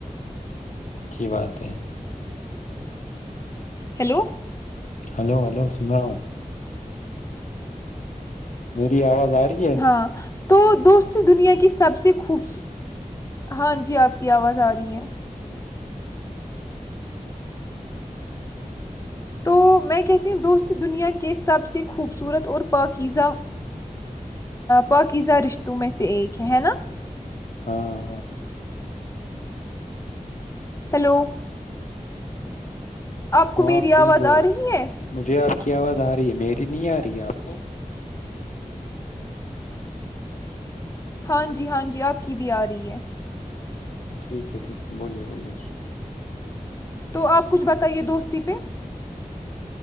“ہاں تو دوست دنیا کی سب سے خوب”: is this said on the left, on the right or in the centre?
Left